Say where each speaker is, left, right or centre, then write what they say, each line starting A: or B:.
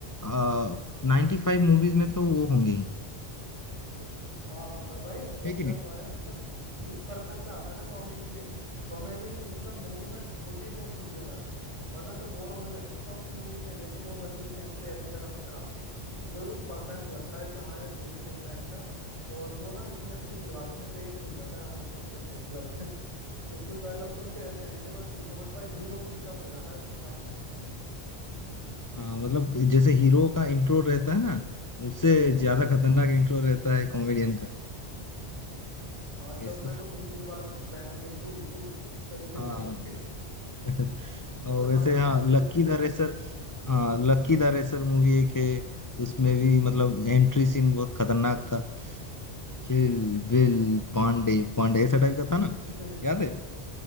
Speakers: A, on the left; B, on the right.
A: नाइन्टी फाइव मूवीज में तो वो होंगे ही
B: हाँ और भाई बंदा
A: है कि नहीं
B: जो है मतलब जिस पर्पज से आता है ना कॉमेडी के कॉमेडी मतलब मूवी में होती भी है उन्हीं की वजह से वरना तो बोर होने लगते हैं साउथ की मूवीज में लेकिन वो बंदे की एंट्री ऐसी जगह पर कराते हैं जो बिल्कुल परफेक्ट लगता है कि हाँ यार यही सही टाइम था और वो ना इतनी हंसी दिलवा देते हैं पेट दुख जाता है हंस हंस करके मतलब <laughs> कुछ कुछ डायलॉग तो उनके ऐसे हैं कि बस पूछो मत भाई हीरो भी फीका पड़ जाता है उनके सामने
A: हाँ मतलब जैसे हीरो का इंट्रो रहता है ना उससे ज्यादा खतरनाक इंट्रो रहता है कॉमेडियन का
B: हाँ
A: इस
B: चश्मे को तीन तीन बार पहनेंगे जू जू इस तरीके
A: हाँ
B: से <laughs>
A: <laughs>
B: मतलब
A: और
B: वाकई
A: वैसे हाँ
B: में भाई
A: लक्की
B: बहुत
A: द रेसर
B: अच्छी एक्टिंग है
A: हाँ लक्की द रेसर मूवी एक है उसमें भी मतलब एंट्री सीन बहुत खतरनाक था किल बिल पांडे पांडे ऐसा टाइप का था ना
B: <laughs>
A: याद है
B: हाँ